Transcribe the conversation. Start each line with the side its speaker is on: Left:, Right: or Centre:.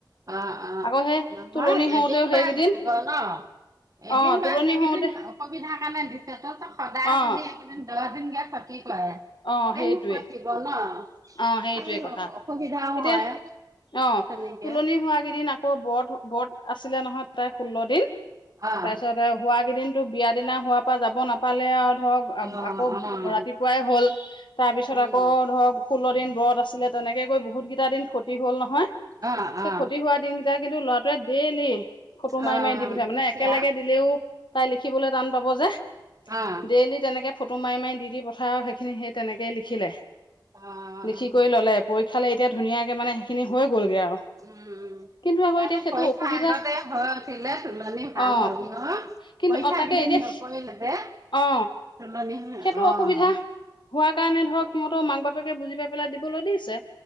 Right: অ', অ'।
Left: আকৌ সেই
Right: নহয়
Left: তুলনি হওঁতেও
Right: এদিন
Left: সেইকেইদিন
Right: বাৰু দিব ন এদিন
Left: অ
Right: বা
Left: তুলনি
Right: এইকেইদিন
Left: হওঁতে
Right: অসুবিধাৰ কাৰণে দিছে। তই সদায়
Left: অ
Right: যদি দহ দিন কে ক্ষতি কৰে,
Left: অ
Right: তাইক
Left: সেইটোৱে
Right: নো ক'ত কিব ন'?
Left: অ সেইটোৱে কথা
Right: অসুবিধাও
Left: এতিয়া
Right: হয়।
Left: অ',
Right: তেনেকে।
Left: তুলনি হোৱা কেইদিন আকৌ ব্ৰত ব্ৰত আছিলে নহয় তাইৰ ষোল্ল দিন।
Right: অ',
Left: তাৰপিছত হোৱা কেইদিনতো বিয়া দিনা হোৱাৰ পৰা যাব নাপালে আৰু। ধৰক
Right: অ',
Left: আকৌ
Right: অ',
Left: ৰাতিপুৱাই হ'ল, তাৰপিছত
Right: উম,
Left: আকৌ ধৰক ষোল্ল দিন ব্ৰত আছিলে তেনেকে গৈ বহুত কেইটা দিন ক্ষতি হ'ল নহয়,
Right: অ',
Left: সেই
Right: অ',
Left: ক্ষতি হোৱা দিন তেতিয়া কিন্তু ল'ৰাটোৱে ডেইলি ফটো মাৰি
Right: অ',
Left: মাৰি দি পঠিয়াই
Right: দিছে
Left: মানে, একেলগে
Right: আৰু
Left: দিলেও তাই লিখিবলৈ টান পাব যে,
Right: অ',
Left: ডেইলি তেনেকে ফটো মাৰি মাৰি দি দি পঠায় আৰু, সেইখিনি সেই তেনেকেই লিখিলে।
Right: অ',
Left: লিখি কৰি ল'লে, পৰীক্ষালৈ এতিয়া ধুনীয়াকে মানে সেইখিনি হৈ গ'লগৈ আৰু।
Right: উম,
Left: কিন্তু আকৌ
Right: তাই
Left: এতিয়া
Right: যে
Left: সেইটো
Right: পৰীক্ষাৰ
Left: অসুবিধা
Right: আগতে হৈ ওঠিলে তোলনি ভাল
Left: অ
Right: হল ন?
Left: কিন্তু
Right: পৰীক্ষা
Left: অ তাকে
Right: কেইদিন
Left: এতিয়া
Right: নপঢ়িলে যে
Left: অ
Right: তোলনি হ'ল
Left: সেইটো
Right: অ'।
Left: অসুবিধা হোৱাৰ কাৰণে ধৰক সিহঁতৰও মাক-বাপেকে বুজি পাই পেলাই দিবলৈ দিছে।